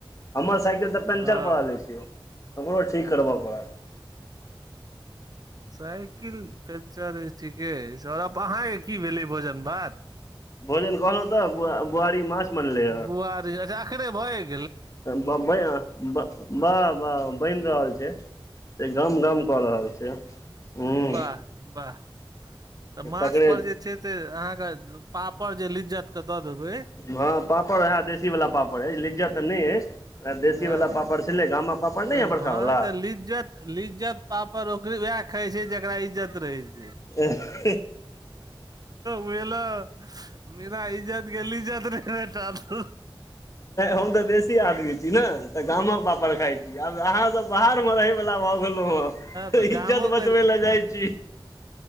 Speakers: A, on the left; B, on the right.
A: हमर साइकिल त पेंचर
B: हँ
A: परल अछि य ओकरो ठीक करबऽ पड़त
B: साइकिल पञंचर अछि ठीके अछि आओर आब अहाँके की भेलै भोजन भात
A: भोजन कहलौ तऽ बुआरी माछ बनलै
B: बुआरी अखिने भ‌ए गेल
A: बम्बइ बाह बाह बनि रहल छै जे गम गम कऽ रहल छै हूँ
B: वाह वाह तऽ माछ
A: तकरे
B: पर जे छै से अहाँक पा पर जे लिज्जत के दऽ देबै
A: हँ पापड़ वएह देशी वाला पापड़ अछि लिज्जत तऽ नहि अछि देशी
B: हँ
A: वाला पापड़ छलै गामम बड़का बाला पापड़ नहि
B: तऽ
A: यऽ बड़कावाला
B: हँ तऽ लिज्जत लिज्जत पापड़ ओकरे वएह खाय छै जेकरा इज्जत रहै छै
A: <unintelligible> नहि
B: बुझलो बिना इज्जत के लिज्जत नहि भेटत
A: हम तऽ देसी आदमी छी ने तऽ गामक पापड़ खाय छी आब अहाँ सब बाहर मे रहै बला भ गेलो हँ
B: तऽ गामो
A: इज्जत बचबे
B: के
A: लए जाइ छी